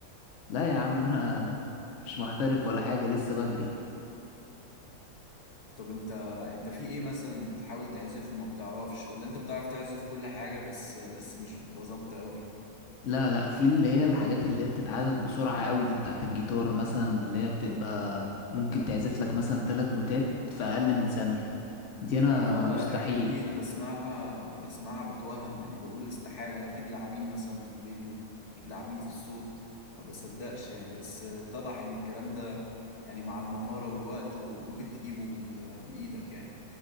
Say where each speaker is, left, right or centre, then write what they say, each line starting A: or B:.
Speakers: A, on the left; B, on the left.
A: لا يا عم انا مش محترف ولا حاجة لسه بدري
B: طب انت انت في ايه مثلا بتحاول تعزفه وما بتعرفش ولا انت بتعرف تعزف كل حاجة بس بس مش بتبقى ظابطة قوي
A: لا لا في اللي هي الحاجات اللي هي بتتعزف بسرعة قوي دي بتاعة الجيتار مثلا اللي هي بتبقى ممكن تعزف لك مثلا ثلاث نوتات في أقل من ثانية دي أنا
B: اه لا
A: مستحيل
B: الحاجات دي انا بسمعها بسمعها بتوهم يعني بقول استحالة اكيد لاعبين مثلا في الفيديو اكيد لاعبين في الصوت ما بصدقش يعني بس اتضح ان الكلام ده يعني مع المهارة والوقت وممكن تجيبه بال... بإيدك يعني